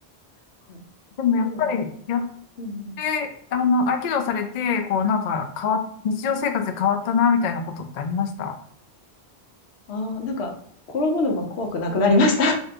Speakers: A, on the left (about 75°); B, on the left (about 55°).
A: はい、
B: でもやっぱりやっ
A: でも、うんうん、
B: て、あの、合気道されて、こうなんか変わっ、日常生活で変わったなみたいなことってありました
A: ああ、なんか、転ぶのが怖くなくなりました。